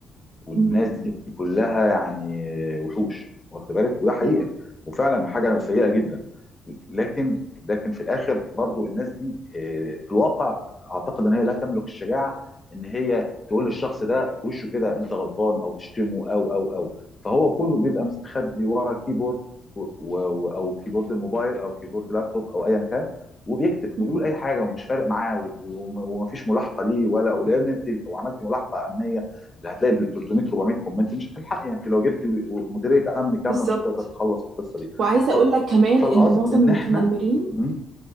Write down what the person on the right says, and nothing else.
مم.
ايوه
مم.
بالظبط
وعايزه
اقول لك كمان
ان معظم
المتنمرين